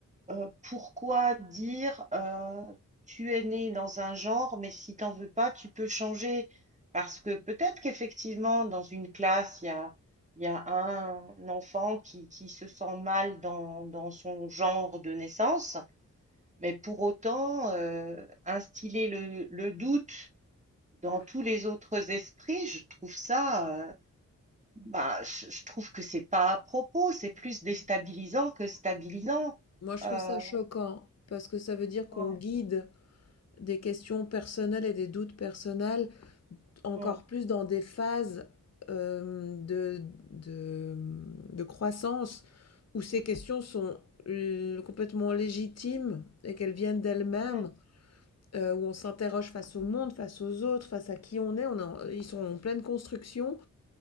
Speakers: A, on the right (about 20°); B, on the left (about 50°).
A: euh, pourquoi dire euh, tu es né dans un genre, mais si t'en veux pas, tu peux changer. Parce que peut-être qu'effectivement, dans une classe, il y a, il y a un enfant qui, qui se sent mal dans, dans son genre de naissance, mais pour autant, euh, instiller le, le doute dans tous les autres esprits, je trouve ça, euh, bah, je je trouve que c'est pas à propos, c'est plus déstabilisant que stabilisant.
B: Moi, je
A: Euh,
B: trouve ça choquant parce que ça veut dire qu'on
A: ouais,
B: guide des questions personnelles et des doutes personnels encore
A: mm,
B: plus dans des phases euh, de, de, de croissance où ces questions sont euh, complètement légitimes et qu'elles viennent d'elles-mêmes,
A: mm,
B: euh, où on s'interroge face au monde, face aux autres, face à qui on est. On est en- ils sont en pleine construction